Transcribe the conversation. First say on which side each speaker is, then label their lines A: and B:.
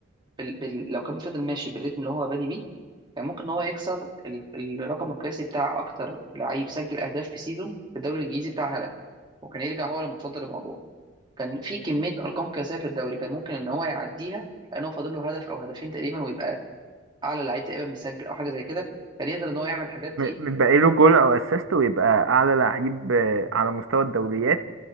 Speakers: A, on the right; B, on the right.
A: بال... بال... لو كان فضل ماشي بالريتم اللي هو بادي بيه كان ممكن ان هو يكسر ال... الرقم القياسي بتاع اكتر لعيب سجل اهداف في سيزون في الدوري الانجليزي بتاع هالاند وكان يرجع هو اللي متصدر الموضوع كان في كميه ارقام قياسيه في الدوري كان ممكن ان هو يعديها لانه فاضل له هدف او هدفين تقريبا ويبقى اعلى لعيب تقريبا مسجل او حاجه زي كده كان يقدر ان هو يعمل الحاجات دي
B: بقى له جول او اسيست ويبقى اعلى لعيب آه، على مستوى الدوريات